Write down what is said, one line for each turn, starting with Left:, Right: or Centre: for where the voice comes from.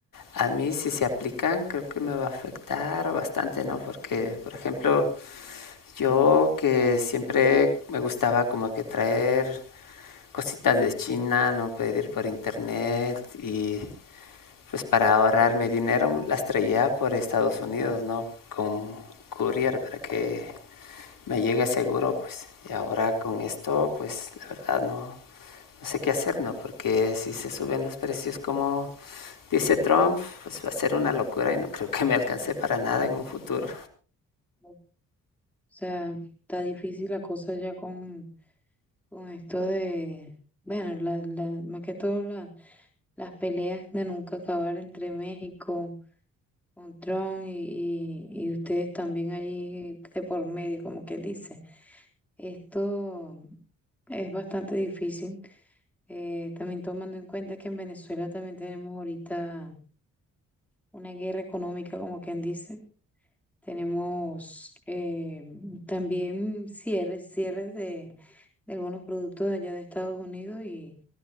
Left: a mí si se aplican, creo que me va a afectar bastante, ¿no? Porque, por ejemplo, yo que siempre me gustaba como que traer cositas de China, no pedir por internet y pues para ahorrarme dinero las traía por Estados Unidos, ¿no? Con courier para que me llegue seguro, pues. Y ahora con esto, pues la verdad no, no sé qué hacer, ¿no? Porque si se suben los precios como dice Trump, pues va a ser una locura y no creo que me alcance para nada en un futuro.
Centre: O sea, está difícil la cosa ya con, con esto de, bueno, la- la- más que todo la- las peleas de nunca acabar entre México, con Trump y, y, y ustedes también allí de por medio, como quien dice. Esto es bastante difícil, eh, también tomando en cuenta que en Venezuela también tenemos ahorita una guerra económica, como quien dice. Tenemos eh, también cierres, cierres de, de algunos productos de allá de Estados Unidos y